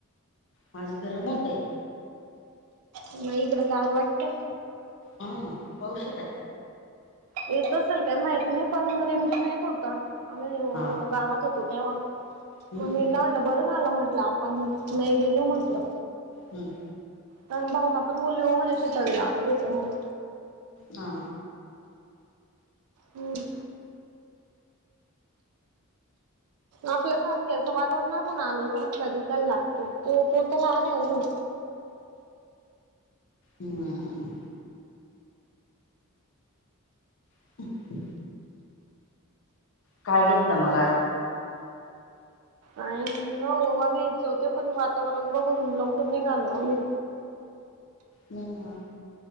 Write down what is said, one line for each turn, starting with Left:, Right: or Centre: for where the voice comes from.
Left: माझं गरम होतय.
Right: मग इकडं गार वाटतंय.
Left: हा, पाऊस येतय?
Right: येत असेल काय माहित नाही पण रिमझिम येत होता आम्ही
Left: हा
Right: गावात हो तो तेव्हा
Left: हम्म
Right: मग मी हिला म्हलं बरं झालं म्हंटलं आप पण नाही गेलो म्हटलं.
Left: हम्म
Right: लहान भाऊना पण बोलव म्हणे शतावी ला <unintelligible> म्हण.
Left: हा.
Right: हम्म. आपल्या सारख्याचं वातावरण अून आलो तर हात पाय दुखाय लागतो तो तर लहान आहे अजून,
Left: हम्. <unintelligible> काय घेतलं मग आज?
Right: आणि ना ओवा घ्यायचे होते पण वातावरण बघून लवकर निघालो आम्ही.
Left: नाही नाही